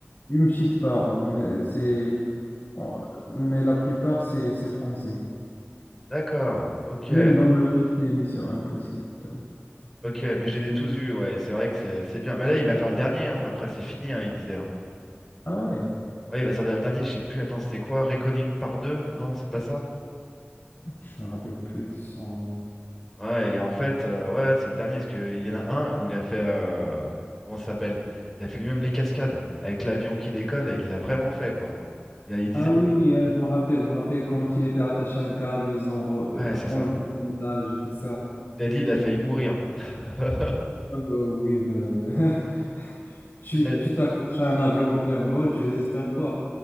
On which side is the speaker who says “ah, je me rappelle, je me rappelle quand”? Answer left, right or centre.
Left